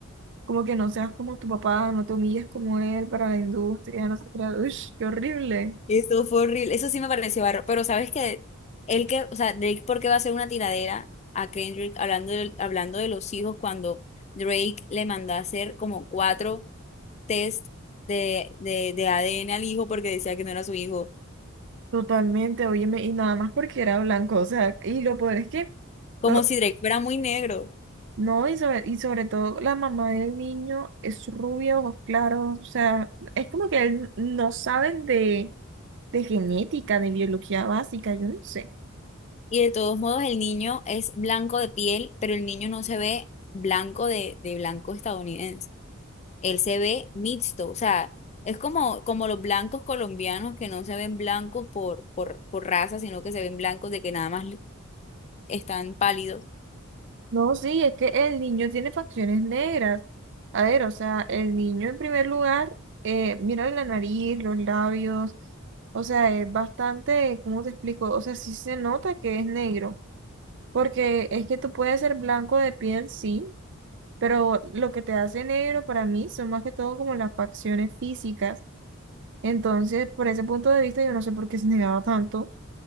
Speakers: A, on the right (about 60°); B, on the left (about 30°).
A: como que no seas como tu papá, no te humilles como él para la industria, no sé, qué era. Ush, qué horrible.
B: Eso fue horrible. Eso sí me pareció barro. Pero sabes que él que, o sea, Drake, ¿por qué va a hacer una tiradera a Kendrick hablando de, hablando de los hijos cuando Drake le mandó a hacer como cuatro test de, de, de ADN al hijo porque decía que no era su hijo?
A: Totalmente, óyeme, y nada más porque era blanco, o sea, y lo peor es que,
B: Como
A: o,
B: si Drake fuera muy negro.
A: No, y sobre, y sobre todo la mamá del niño es rubia, ojos claros, o sea, es como que él- no saben de, de genética, de biología básica, yo no sé.
B: Y de todos modos, el niño es blanco de piel, pero el niño no se ve blanco de, de blanco estadounidense. él se ve mixto, o sea, es como, como los blancos colombianos que no se ven blancos por, por, por raza, sino que se ven blancos de que nada más li- están pálidos.
A: No, sí, es que el niño tiene facciones negras. A ver, o sea, el niño en primer lugar, eh, mira la nariz, los labios, o sea, es bastante, ¿cómo te explico? O sea, sí se nota que es negro, porque es que tú puedes ser blanco de piel, sí, Pero lo que te hace negro para mí son más que todo como las facciones físicas. Entonces, por ese punto de vista, yo no sé por qué se negaba tanto.